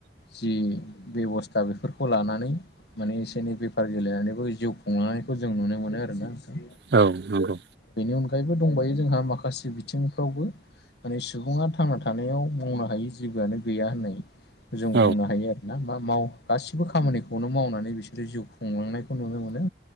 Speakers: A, on the left; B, on the right.
A: जि बेबस्था बेफोरखौ लानानै माने एसे एनै बेफार गेलेनानैबो जिउ हमनायखौ जों नुनो मोनो आरोना नोंथां
B: औ नंगौ
A: बेनि अनगायैबो दंबायो जोंहा माखा से बिथिंफ्रावबो माने सुबुङा थांना थानायाव मावनो हायि जेबोआनो गैया होननाय जों
B: औ
A: बुंनो हायो आरो ना मा माव गासिबो खामानिखौनो मावनानै बिसोरो जिउ खुंलांनायखौ नुनो मोनो